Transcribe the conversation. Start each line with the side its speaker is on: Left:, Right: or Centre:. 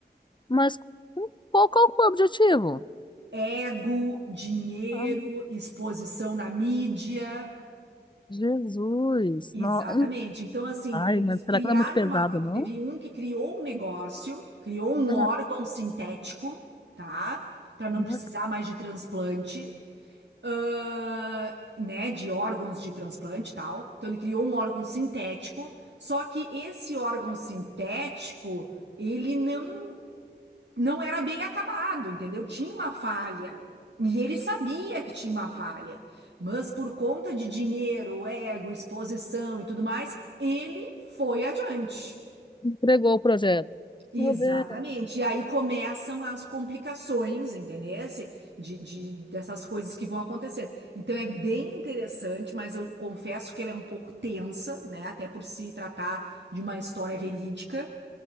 Left: Mas com- qual, qual foi o objetivo?
Right: ego, dinheiro,
Left: Ah,
Right: exposição na mídia.
Left: Jesus.
Right: Exatamente.
Left: Não, hum,
Right: Então, assim,
Left: ai,
Right: eles
Left: mas será
Right: criaram
Left: que não é muito pesado,
Right: uma.
Left: não?
Right: Teve um que criou um negócio, criou um
Left: Ah,
Right: órgão sintético, tá? Para não
Left: não
Right: precisar
Left: é
Right: mais de transplante, ãh, né? De órgãos de transplante e tal. Então, ele criou um órgão sintético. Só que esse órgão sintético, ele não não era bem acabado, entendeu? Tinha uma falha. E ele sabia que tinha uma falha, mas por conta de dinheiro, ego, exposição e tudo mais, ele foi adiante.
Left: entregou o projeto.
Right: Exatamente.
Left: Meu Deus.
Right: E aí começam as complicações, entendesse? De, de- dessas coisas que vão acontecendo. Então é bem interessante, mas eu confesso que ela é um pouco tensa, né? Até por se tratar de uma história verídica.